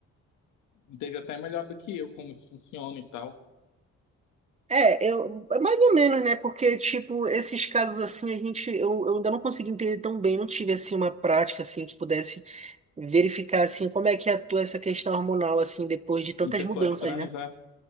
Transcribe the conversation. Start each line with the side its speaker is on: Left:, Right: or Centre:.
Left: entende até melhor do que eu como isso funciona e tal.
Right: É, eu, é mais ou menos, né? Porque, tipo, esses casos assim, a gente, eu, eu ainda não consegui entender tão bem, não tive, assim, uma prática, assim, que pudesse verificar, assim, como é que atua essa questão hormonal, assim, depois de tantas
Left: Em pessoas
Right: mudanças,
Left: trans,
Right: né?
Left: é?